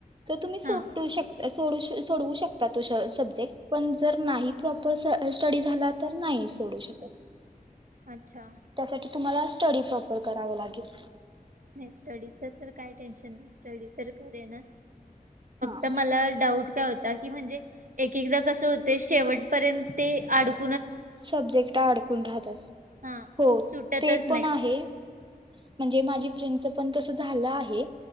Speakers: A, on the right; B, on the right.
A: त तुम्ही सुटू
B: हा
A: शक सोडू श सोडवू शकता तो सब्जेक्ट, पण जर नाही प्रॉपर स स्टडी झाला, तर नाही सोडू शकत.
B: अच्छा.
A: त्यासाठी तुम्हाला स्टडी पप पण करावं लागेल?
B: स्टडीच, तर काय टेन्शन नाही स्टडी खर हे ना.
A: हा
B: त मला डाऊट काय होत. का की म्हणजे एकेकदा कसं होतय, शेवट पर्यंत ते आडक
A: सब्जेक्ट आडकून राहतात,
B: हा
A: हो
B: सुटतच
A: ते
B: नाही
A: पण आहे म्हणजे माझी फ्रेंड तीच पण तस झालं आहे.